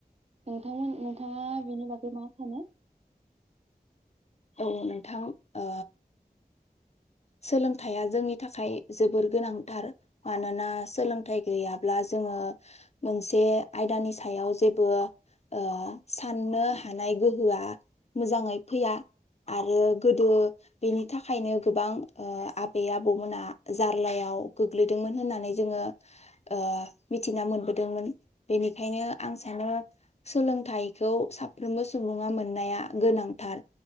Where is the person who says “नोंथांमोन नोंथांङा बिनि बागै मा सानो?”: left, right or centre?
Right